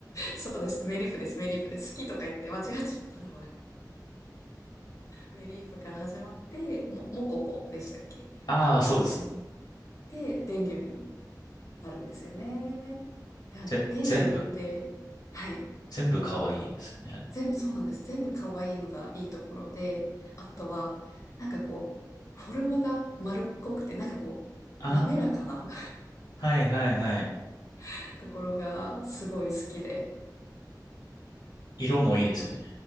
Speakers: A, on the left; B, on the left.
A: そうです。メリーフです。メリーフです。好きとか言って間違っちゃった名前。メリーフから始まって、も、モココでしたっけ
B: ああ、そうですね。
A: で、電流になるんですよね。いや、
B: ぜ、
A: 電流って、
B: 全部、
A: はい。
B: 全部かわいいですよね、あれ。
A: 全部、そうなんです。全部可愛いのがいいところで、あとは、なんかこう、フォルムが丸っこくて、なんかこう、
B: あ
A: 滑らかな
B: あ、はいはいはい。
A: <laughs> ところがすごい好きで、
B: 色もいいですよね。
A: あ